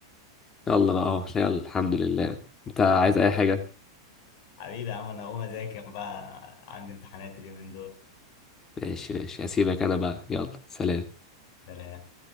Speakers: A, on the left (about 20°); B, on the left (about 55°).
A: يلا بقى أهو يلا الحمد لله أنت عايز أي حاجة؟
B: حبيبي يا عم انا هقوم اذاكر بقى عندي امتحانات اليومين دول
A: ماشي ماشي هسيبك أنا بقى يلا سلام
B: سلام